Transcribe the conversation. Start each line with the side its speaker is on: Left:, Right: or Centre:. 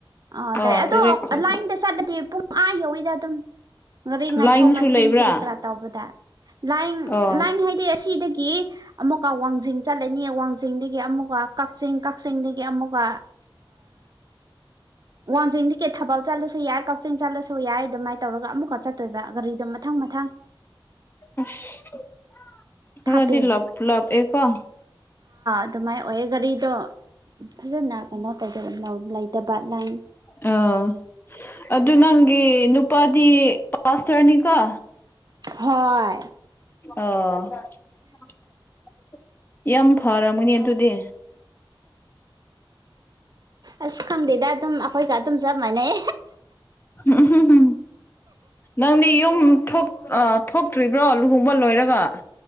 Right: ꯑ
Left: ꯑꯣ
Right: ꯗꯥꯏꯔꯦꯛ ꯑꯗꯣ
Left: ꯆꯠꯄ
Right: ꯂꯥꯏꯟꯗ ꯆꯠꯂꯗꯤ ꯄꯨꯡ ꯑꯥ ꯌꯧꯤꯗ ꯑꯗꯨꯝ ꯉꯥꯔꯤ ꯉꯥꯏꯊꯣꯛ
Left: ꯂꯥꯏꯟꯁꯨ
Right: ꯉꯥꯏꯁꯤꯟ
Left: ꯂꯩꯕ꯭ꯔꯥ
Right: ꯀ꯭ꯔꯤ ꯀꯔꯥ ꯇꯧꯕꯗ ꯂꯥꯏ
Left: ꯑꯣ
Right: ꯂꯥꯏ ꯍꯥꯏꯗꯤꯩ ꯑꯁꯤꯗꯒꯤ ꯑꯃꯨꯛꯀ ꯋꯥꯡꯖꯤꯡ ꯆꯠꯂꯅꯤ ꯋꯥꯡꯖꯤꯡꯗꯒꯤ ꯑꯃꯨꯛꯀ ꯀꯛꯆꯤꯡ ꯀꯛꯆꯤꯡꯗꯒꯤ ꯑꯃꯨꯛꯀ ꯋꯥꯡꯖꯤꯡꯗꯤ ꯀꯦ ꯊꯕꯜ ꯆꯠꯂꯁꯨ ꯌꯥꯏ ꯀꯛꯆꯤꯡ ꯆꯠꯂꯁꯨ ꯌꯥꯏ ꯑꯗꯨꯃꯥꯏꯅ ꯇꯧꯔꯒ ꯑꯃꯨꯛꯀ ꯆꯠꯇꯣꯏꯕ ꯒꯥꯔꯤꯗꯣ ꯃꯊꯪ ꯃꯊꯪ
Left: ꯑꯁ ꯈꯔꯗꯤ
Right: ꯊꯥꯞꯄꯦ
Left: ꯂꯞ ꯂꯞ ꯑꯦꯀꯣ
Right: ꯑꯗꯨꯗ ꯃꯥꯏ ꯑꯣꯏꯦꯒꯥꯔꯤꯗ ꯐꯖꯅ ꯀꯩꯅꯣ ꯇꯧꯗ ꯂꯩꯇꯕ ꯂꯥꯏ
Left: ꯑꯥ ꯑꯗꯨ ꯅꯪꯒꯤ ꯅꯨꯄꯥꯗꯤ ꯀ꯭ꯂꯥꯁ ꯇ꯭ꯔꯅꯤꯀ
Right: ꯍꯣꯏ
Left: ꯑꯣ <inaudible> ꯌꯥꯝ ꯐꯔꯝꯒꯅꯤ ꯑꯗꯨꯗꯤ
Right: ꯑꯁ ꯈꯪꯗꯦꯗ ꯑꯗꯨꯝ ꯑꯩꯈꯣꯏꯒ ꯑꯗꯨꯝ ꯆꯞ ꯃꯥꯟꯅꯩ
Left: ꯎꯝꯝ ꯅꯪꯗꯤ ꯌꯨꯝ ꯊꯣꯛ ꯑꯥ ꯊꯣꯛꯇ꯭ꯔꯤꯕ꯭ꯔꯣ ꯂꯨꯍꯣꯡꯕ ꯂꯣꯏꯔꯒ